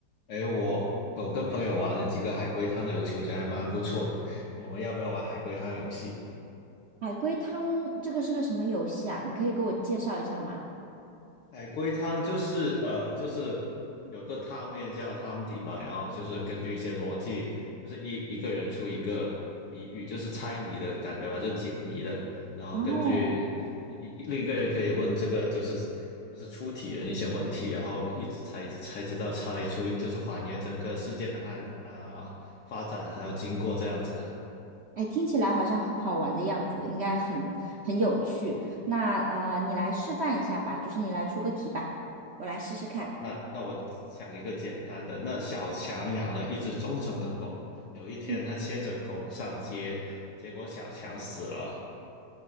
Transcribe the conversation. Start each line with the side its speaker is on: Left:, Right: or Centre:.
Left: 哎，我我跟朋友玩了几个海龟汤的游戏，我觉得还蛮不错的。我们要不要玩海龟汤游戏？
Right: 海龟汤这个是个什么游戏啊？你可以给我介绍一下吗？
Left: 海龟汤就是呃，就是有个汤面叫汤底嘛，然后就是根据一些逻辑，就是一一个人出一个谜语，就是猜谜的感觉吧，就解谜的。然后根据
Right: 哦，
Left: 一一另一个人可以问这个就是就是出题人一些问题，然后一直猜一直猜，直到猜出就是还原整个事件的安啊、发展还有经过这样子。
Right: 哎，听起来好像很好玩的样子，应该很很有趣。那呃，你来示范一下吧，就是你来出个题吧，我来试试看。
Left: 那那我想一个简单的，那小强养了一只忠诚的狗，有一天他牵着狗上街，
Right: 嗯，
Left: 结果小强死了。